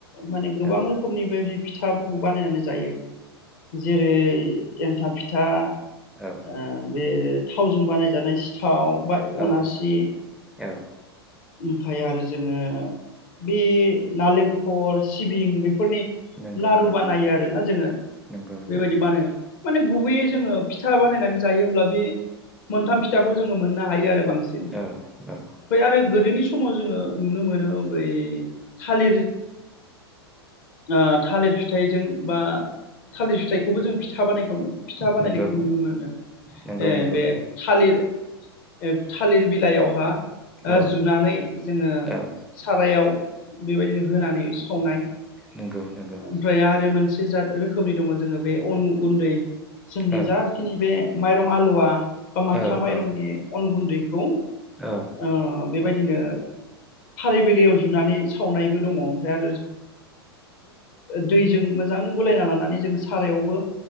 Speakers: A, on the left (about 50°); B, in the centre.
A: माने गोबां
B: औ
A: रोखोमनि बेबादि फिथाफोरखौ बानायनानै जायो जेरै एनथाब फिथा ओ
B: औ
A: बे थावजों बानायजानाय सिथाव बा अनासि
B: औ औ
A: ओमफाय आरो जोङो बे नालेंखर सिबिं बे फोरनि
B: नंगौ
A: लारु
B: नंगौ
A: बानायो आरोना जोङो
B: नंगौ
A: बेबायदि
B: नंगौ
A: बानायना- माने गुबैयै जोङो फिथा बानायनानै जायो होमब्ला बे मोनथाम फिथाखौ जोङो मोननो हायो आरो बांसिन
B: औ औ
A: फाय आरो गोदोनि समाव जोङो नुनो मोनो ओ बै थालिर ओ थालिर फिथाइजों बा थालिर फिथाइखौबो जों फिथा बानायखौ फिथा बानायनायखौ
B: नंगौ
A: नुनो मोनदों
B: नंगौ
A: ए
B: नंगौ
A: बे थालिर ए थालिर बिलाइयावहा ओ
B: औ
A: जुनानै जोङो
B: औ
A: सा रायाव बेबायदिनो होनानै सावनाय
B: नंगौ नंगौ
A: ओमफ्राय आरो मोनसे जाद रोखोमनि दङ जोङो बे अन गुन्दै जोंनि
B: औ
A: जाखिनि बे माइरं आलुवा बा माथा
B: औ
A: माइरंनि
B: औ
A: अन गुन्दैखौ
B: औ
A: ओ बेबायदिनो थालि- जुनानै सावनायबो दङ ओमफ्राय दैजों मोजां गलायना लानानै जोङो सारायावबो